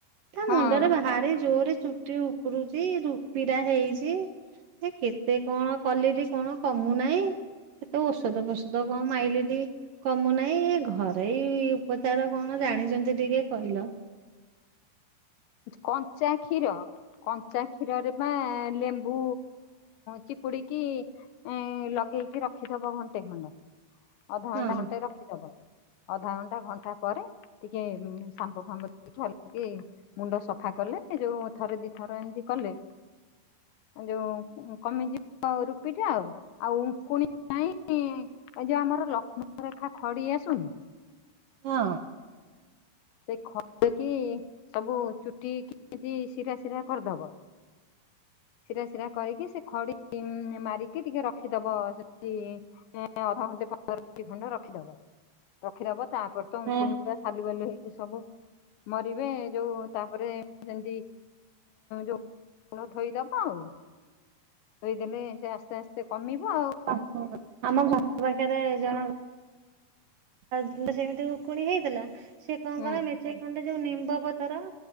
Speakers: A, on the right; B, on the left.
A: ତା
B: ହଁ
A: ମୁଣ୍ଡରେ ଭାରି ଜୋରେ ଚୁ ଟି ଉପୁଡୁଛି ରୁପିଟା ହେଇଛି ଏ କେତେ କଣ କଲିରି କଣ କ କମୁୁନାଇଁ କେତେ ଔଷଧ ଫୋଷଧ କଣ ମାଇଲିରି କମୁନାହିଁ ଘରୋଇ ଉପଚାର କଣ ଜାଣିଛନ୍ତି ଟିକେ କହିଲ।
B: କଞ୍ଚା କ୍ଷୀର କଞ୍ଚା କ୍ଷୀରରେ ବା ଲେମ୍ବୁ ଚିପୁଡ଼ିକି ଏଁ ଲଗେଇକି ରଖିଥବ ଘଣ୍ଟେ ଖଣ୍ଡ ଅଧଘଣ୍ଟା
A: ହଁ।
B: ଘଣ୍ଟେ ରଖ ରଖିଦବ ଅଧା ଘଣ୍ଟା ଘଣ୍ଟା ପରେ ଟିକେ ସାମ୍ପୁ ଫାମ୍ପୁ <unintelligible> ମୁଣ୍ଡ ସଫା କଲେ ଯୋଉ ଥରେ ଦି ଥର ଏମତି କଲେ। ଯୋଉ କମିଯିବ ରୁପି ଟା ଆଉ ଆଉ ଉଙ୍କୁଣି ପାଇଁ ଇଁ ଏ ଯୋଉ ଆମର ଲକ୍ଷ୍ମଣ ରେଖା ଖଡି ଆସୁନି।
A: ହଁ।
B: ସେ ଖଡିକିି ସବୁ ଚୁଟି କେମିତି ଶିରା ଶିରା କରିଦବ। ସିରା ସିରା କରିକି ସେ ଖଡି ମାରିକି ଟିକେ ରଖିଦବ ସେଠି। ଅଧଘଣ୍ଟେ ପନ୍ଦର ମିନିଟ୍ ଖଣ୍ଡେ ରଖିଦବ। ରଖିଦବ ତାପରେ ତ
A: ହଁ।
B: ଉଙ୍କୁଣି ଗୁଡା ସାଲୁ ବାଲୁ ହେଇକି ସବୁ ମରିବେ ଯୋଉ ତାପରେ ସେମିତି ଯୋଉ ମୁଣ୍ଡ ଧୋଇଦବ ଆଉ ଧୋଇଦେଲେ ସେ ଆସ୍ତେ ଆସ୍ତେ କମିବ ଆଉ।
A: <unintelligible> ଆମ ଘର ପାଖରେ ଜଣଙ୍କ ତାର ସେମିତି ଉକୁଣି ହେଇଥିଲା ସିଏ କଣ
B: ହୁଁ
A: କଲା ମେଞ୍ଚେଇ ଖଣ୍ଡେ ଯୋଉ ନିମ୍ବ ପତର